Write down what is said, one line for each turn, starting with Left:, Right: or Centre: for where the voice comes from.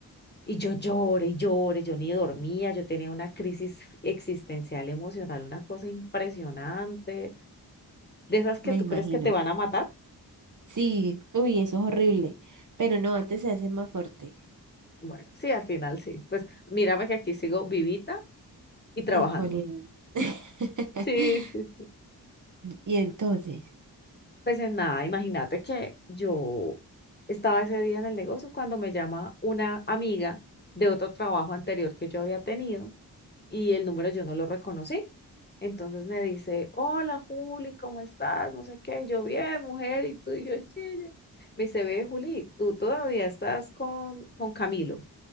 Left: Y yo lloré y lloré, yo ni dormía, yo tenía una crisis existencial emocional, una cosa impresionante, de esas que
Right: me
Left: tú
Right: imagino.
Left: crees que te van a matar.
Right: Sí, uy, eso es horrible. Pero no, antes se hace más fuerte.
Left: Bueno, sí, al final sí. Pues mírame que aquí sigo vivita y trabajando.
Right: Y Julián. <laughs>
Left: Sí, sí, sí.
Right: Y entonces,
Left: Pues en nada, imagínate que yo estaba ese día en el negocio cuando me llama una amiga de otro trabajo anterior que yo había tenido y el número yo no lo reconocí. Entonces me dice, hola Juli, ¿cómo estás? No sé qué, yo bien, mujer, y tú y yo, chile. Me dice, ve Juli, tú todavía estás con, con Camilo.